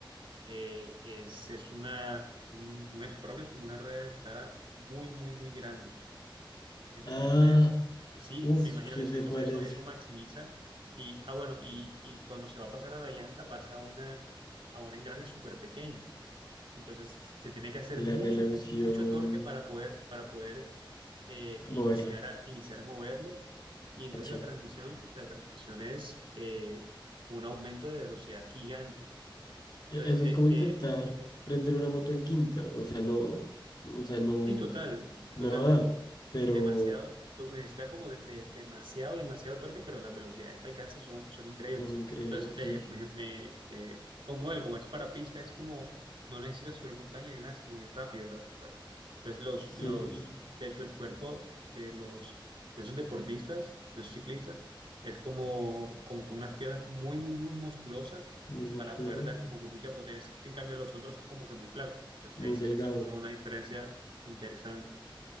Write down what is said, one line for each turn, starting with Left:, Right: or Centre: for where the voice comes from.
Right: eh, es, es una, un, un sprocket, como una rueda dentada muy, muy, muy grande. Entonces,
Left: Ah,
Right: sí,
Left: uff,
Right: me imagino
Left: sí
Right: eso.
Left: sé
Right: Entonces,
Left: cuál
Right: eso,
Left: es.
Right: eso maximiza. Y, ah, bueno, y, y cuando se va a pasar a la llanta, pasa a, una, a un engrane súper pequeño. Entonces se tiene que hacer
Left: La
Right: mucho,
Left: relación,
Right: mucho, mucho torque para poder, para poder eh, iniciar
Left: moverla.
Right: a, iniciar a moverlo. Y entonces
Left: Acha.
Right: la transmisión, la transmisión es eh, un aumento de velocidad gigante. Entonces,
Left: E- Eso
Right: eh,
Left: es como intentar
Right: eh,
Left: prender una moto en quinta. O sea, no, o sea, no,
Right: sí, total,
Left: nada.
Right: total.
Left: Pero
Right: demasiado, to- necesita como de, de- demasiado, demasiado torque, pero las velocidades que alcanza son, son increíbles.
Left: son increíbles,
Right: Entonces,
Left: sí.
Right: eh, me, me, eh, como él, como es para pista, es como, no necesita subir montaña ni nada, sino ir rápido, rápido, rápido. Entonces, los,
Left: Sí,
Right: los, de hecho, el cuerpo de los, de esos deportistas, de esos ciclistas, es como, como con unas piernas muy, muy, muy musculosas
Left: muy musculosas,
Right: para poder dar como que mucha potencia. En cambio, los otros son como que muy flacos. Entonces,
Left: muy
Right: ahí se,
Left: delgado.
Right: se nota una diferencia interesante.